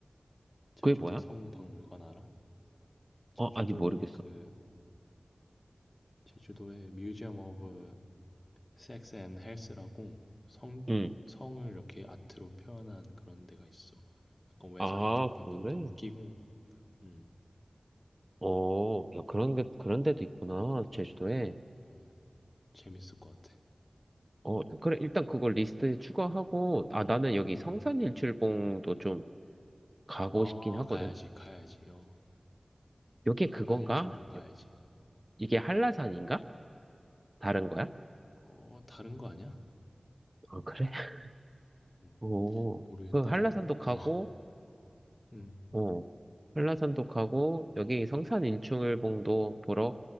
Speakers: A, on the left; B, on the right.
A: 제주도
B: 그게 뭐야?
A: 성박물관 알아? 제주도
B: 어, 아니, 모르겠어.
A: 그 제주도에 뮤지엄 오브 섹스 앤 헬스라고 성
B: 응.
A: 성을 이렇게 아트로 표현한 그런 데가 있어. 약간 외설적인
B: 아, 그래?
A: 건데 웃기고 음,
B: 어, 야, 그런 게, 그런 데도 있구나, 제주도에.
A: 어, 재밌을 것 같아.
B: 어, 그래, 일단 그걸 리스트에 추가하고, 아, 나는 여기
A: 음.
B: 성산일출봉도 좀 가고
A: 아,
B: 싶긴 하거든?
A: 가야지, 가야지. 어.
B: 여기에 그건가?
A: 성산일충봉 가야지.
B: 이게 한라산인가? 다른 거야?
A: 어, 다른 거 아니야?
B: 아, 그래? <laughs>
A: 음,
B: 오,
A: 모르겠다,
B: 그 한라산도
A: 나도.
B: 가고,
A: 어, <laughs> 음,
B: 어, 한라산도 가고, 여기 성산일출봉도 보러